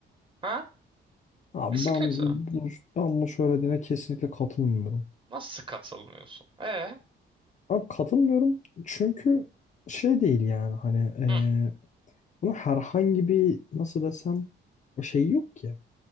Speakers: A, on the right; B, on the left.
A: Ha?
B: abi
A: Nesi
B: ben
A: kötü?
B: bu, ben bu söylediğine kesinlikle katılmıyorum.
A: Nasıl katılmıyorsun? E?
B: Abi katılmıyorum çünkü şey değil yani hani eee,
A: Hı,
B: buna herhangi bir nasıl desem şey yok ki.